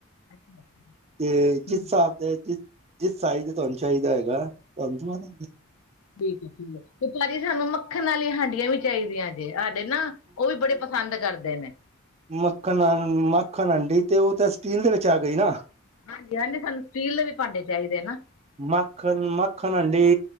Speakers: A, on the left; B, on the right.
A: ਅੱਛਾ
B: ਤੇ ਜਿਸ
A: ਜੀ
B: ਹਿਸਾਬ ਦੇ ਜਿਸ ਜਿਸ ਸਾਈਜ਼ ਤੁਹਾਨੂੰ ਚਾਹੀਦਾ ਹੋਏਗਾ ਤੁਹਾਨੂੰ ਦਵਾਂਦੇਂਗੇ।
A: ਠੀਕ ਹੈ ਠੀਕ ਤੇ ਭਾਜੀ ਸਾਨੂੰ ਮੱਖਣ ਵਾਲੀਆਂ ਹਾਂਡੀਆਂ ਵੀ ਚਾਹੀਦੀਆਂ ਜੇ ਅੱਜ ਤੇ ਨਾ, ਉਹ ਵੀ ਬੜੇ ਪਸੰਦ ਕਰਦੇ ਨੇ।
B: ਮੱਖਣ-ਮੱਖਣ ਹਾਂਡੀ ਤੇ ਉਹ ਤੇ ਸਟੀਲ ਦੇ ਵਿੱਚ ਆ ਗਈ ਨਾ।
A: ਹਾਂਜੀ, ਸਾਨੂੰ ਸਟੀਲ ਦੇ ਵੀ ਭਾਂਡੇ ਚਾਹੀਦੇ ਨੇ ਨਾ।
B: ਮੱਖਣ-ਮੱਖਣ ਹਾਂਡੀ